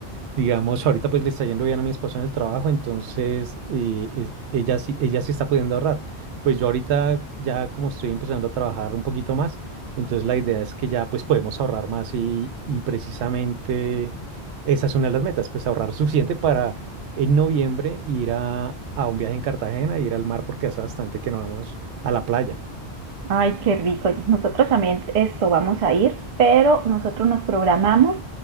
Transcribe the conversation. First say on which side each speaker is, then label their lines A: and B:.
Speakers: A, on the right; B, on the right.
A: digamos, ahorita pues le está yendo bien a mi esposa en el trabajo, entonces eh, es- ella sí, ella sí está pudiendo ahorrar. Pues yo ahorita ya como estoy empezando a trabajar un poquito más, entonces la idea es que ya pues podemos ahorrar más y, y precisamente esa es una de las metas, pues ahorrar <laughs> suficiente para en noviembre ir a, a un viaje en Cartagena, ir al mar porque hace bastante que no vamos a la playa.
B: Ay, qué rico. Nosotros también esto vamos a ir, pero nosotros nos programamos,